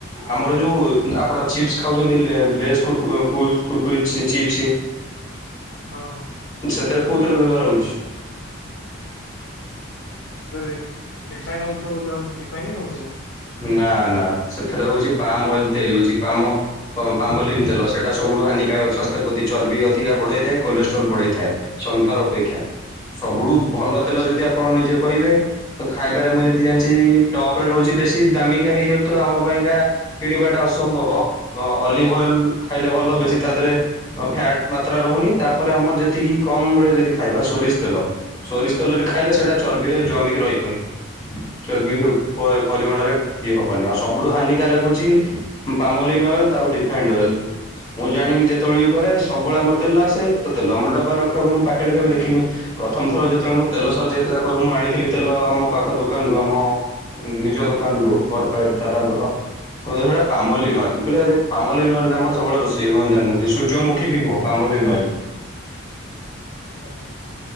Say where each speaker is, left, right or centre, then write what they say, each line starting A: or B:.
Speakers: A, on the left (about 20°); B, on the left (about 60°).
A: ଆମର ଯୋଉ ଆପଣ ଚିପ୍ସ ଖାଉଛନ୍ତି ଲେ ଲେସ୍ କୁର କୁ କୁରକୁରି ଚି ଚୀପ୍ସ।
B: ହଁ।
A: ସେଥିରେ କଉତେଲ ବ୍ୟବହାର ହେଉଛି?
B: ରି ରିଫାଇନ ହେଉଥିବ ବୋଲି ଭାବିଲି ରିଫାଇନ ହି ହେଉଛି।
A: ନା ନା ସେଥିରେ ହଉଛି ପାମ ଅଏଲ ତିଆରି ହଉଛି ପାମ ହଁ ପାମଲିନ୍ ତେଲ ସେଇଟା ସବୁଠୁ ହାନିକାରକ ସ୍ୱାସ୍ଥ୍ୟ ପ୍ରତି ଚର୍ବି ଅଧିକା ବଢ଼େଇଥାଏ କୋଲେଷ୍ଟ୍ରୋଲ୍ ବଢେଇଥାଏ। ସନଫ୍ଲାର ଅପେକ୍ଷା ସବୁଠୁ ଭଲ
B: ଆଚ୍ଛା ଆଚ୍ଛା
A: ତେଲ ଯଦି
B: ଆଚ୍ଛା।
A: ଆପଣ ନିଜେ କହିବେ। ତ ଖାଇବାରେ ମୁଁ ଯେତିକି ଜାଣିଛି ଟପ ରେ ରହୁଛି ବେଶୀ ଦାମିକା ହେଇଯାଉଛି ତ ଆମ ପାଇଁକା। କିଣିବାଟା ଅସମ୍ଭବ ଅଲିଭ ଅଏଲ ଖାଇଲେ ଭଲ ବେଶୀ ତା ଧେରେ। ଅ ଫ୍ୟାଟ ମାତ୍ରା ରହୁନି ତାପରେ ଆମର ଯେତିକି କମ ରେ ଯଦି ଖାଇବା ସୋରିଷ ତେଲ। ସୋରିଷ ତେଲରେ ଖାଇଲେ ସେଇଟା ଚର୍ବିରେ ଜମିକି ରହିବନି। ଚର୍ବି ହଉ ପ ପରିମାଣରେ ଇଏ ହବନି ଆଉ ସବୁଠୁ ହାନିକାରକ ହଉଛି ପାମଲିନ୍ ଅଏଲ ତାପରେ ରିଫାଇଣ୍ଡ ଅଏଲ ମୁଁ ଜାଣିନି ଯେ ଯେତେବେଳେ ବି କରେ ସବୁବେଳେ ଆମର ତେଲ ଆସେ ତ ତେଲ ଆମର ଡବାରେ ରଖା ହୁଏ ତ ମୁଁ ପ୍ୟାକେଟ କେବେ ଦେଖିନି ପ୍ରଥମଥର ଯେ ଯେତେବେଳେ ମୁଁ ତେଲ ସରିଯାଇଥିଲା ଘରୁ ମୁଁ ଆଣିଥିଲି ତେଲ ଆମ ପାଖ ଦୋକାନରୁ ଆମ ନିଜ ଲୋକ୍ ପର୍ ପାଏ ଦାଦାଙ୍କର। ସେଟା ପାମଲିନ ଅଏଲ୍ ମୁଁ କହିଲି ଆରେ ପାମଲିନ ଅଏଲ୍ ରେ ଆମର ସବୁବେଳେ ରୋଷେଇ ହୁଏ। ମୁଁ ଜାଣିନଥିଲି ସର୍ଯ୍ୟମୁଖି ବି ପାମଲିନ ଅଏଲ।
B: ଆଛା ଆଛା।